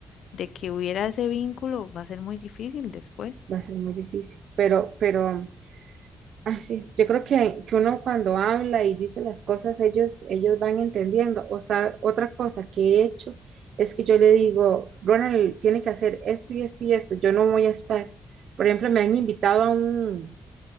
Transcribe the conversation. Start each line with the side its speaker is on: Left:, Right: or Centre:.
Left: de que hubiera ese vínculo, va a ser muy difícil después.
Right: Va a ser muy difícil, pero, pero, ah, sí, yo creo que, que uno cuando habla y dice las cosas, ellos, ellos van entendiendo. O sea, otra cosa que he hecho es que yo le digo, Ronald, tiene que hacer esto y esto y esto, yo no voy a estar. Por ejemplo, me han invitado a un,